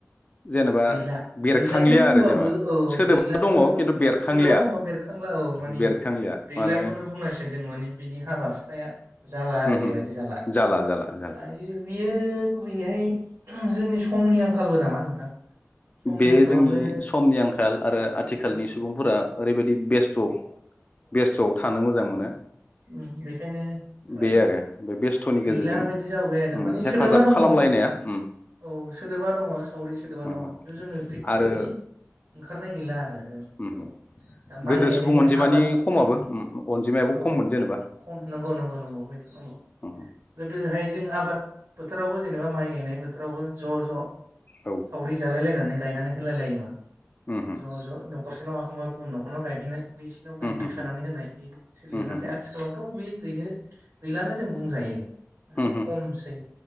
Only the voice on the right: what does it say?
गैला
गैलाखौनो बुंबाबो
औ
गैलाखौनो
बु
सोदोबा दङ बेरखांला औ मानि
गैलाखौनो
बुंनांसिगोन जों मानि बिनि हाबा हुखाया जाला आरो
बेबायदि
जाला
दायो बियो गुबैयैहाय जोंनि स समनि आंखालबो नामा नोंथां। समनि
आंखालावनो
औ
उम बेखायनो फ्राय
गैला
बायदि जाबोबाय आरो
माने
सोदोबा दङ
औ
औ सोदोबा दङ सावरि सोदोबा दङ।
प्रेकटिकेलि
ओंखारनाय गैला। आरो जों
औ दा माइ
गायनायनि
आबाद
औ
खम नंगौ नंगौ नंगौ हथ'नंगौ।
गोदोहाय जोङो आबाद बोथोरावबो जेनेबा माइ गायनाय बोथोरावबो ज' ज'
सावरि जालायलायनानै गायनानै होलाय लायोमोन
ज' ज' न'खरसे नाव खांबा गुबुन न'खरनाव गायहैनाय बैसिनाव गायहैखानानै
होनाय बि सोलियो
नाथाय
आथिखालावथ' बे गैनो गैलानो जों बुंजायो
खमसै